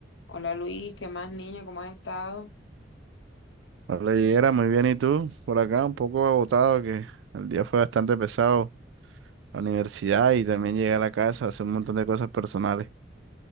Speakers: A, on the left (about 75°); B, on the right (about 75°).
A: Hola Luis, ¿qué más niño? ¿Cómo has estado?
B: Hola, Yera, muy bien. ¿Y tú? Por acá un poco agotado, que el día fue bastante pesado. La universidad y también llegué a la casa a hacer un montón de cosas personales.